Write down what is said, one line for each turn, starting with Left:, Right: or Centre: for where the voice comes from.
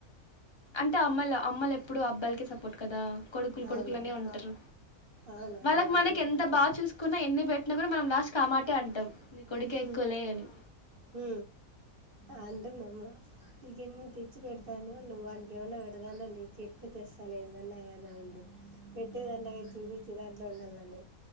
Left: అంటే అమ్మలు అమ్మలు ఎప్పుడు అబ్బాలకే సపోర్ట్ కదా కొడుకులు
Right: అవునవును
Left: కొడుకులునే ఉంటారు
Right: అవును
Left: వాళ్ళకు
Right: అదైతే
Left: మనకి
Right: కరెక్ట్
Left: ఎంత బాగా చూసుకున్నా ఎన్ని పె కూడా మనం లాస్ట్ కామాటే అంటాం నీ కొడుకే
Right: హు
Left: ఎక్కువలే అని
Right: హు ఆంటదమ్మా నీకేన్ని తెచ్చి పెడతాను. నువ్వు వాళ్ళకి ఏమన్నా పెదుతన నీకే ఎక్కువ చేస్తాను ఏంటన్నాగానీ అనదు పెట్టేదంటగాదు చూపించె దాంట్లో ఉండాలన్న